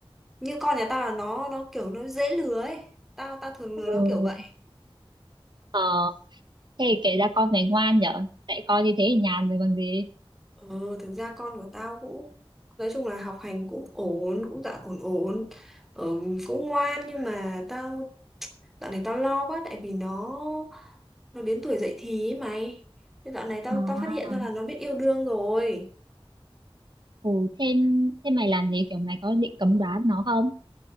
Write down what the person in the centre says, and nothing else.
như con nhà tao là nó nó kiểu nó dễ lừa ấy tao tao thường lừa
nó kiểu vậy
ờ thực ra con của tao cũng nói chung là học hành cũng ổn cũng dạ ổn ổn ờ, cũng ngoan nhưng mà tao dạo này tao lo quá tại vì nó nó đến tuổi dậy thì ấy mày Thế dạo này tao
tao phát hiện ra là nó biết yêu đương rồi